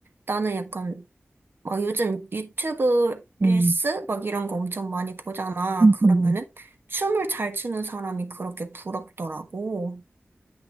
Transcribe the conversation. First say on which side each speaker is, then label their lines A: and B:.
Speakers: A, on the right; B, on the right.
A: 나는 약간 막 요즘 유튜브 릴스
B: 음,
A: 막 이런 거 엄청 많이 보잖아.
B: 음,
A: 그러면은
B: 음.
A: 춤을 잘 추는 사람이 그렇게 부럽더라고.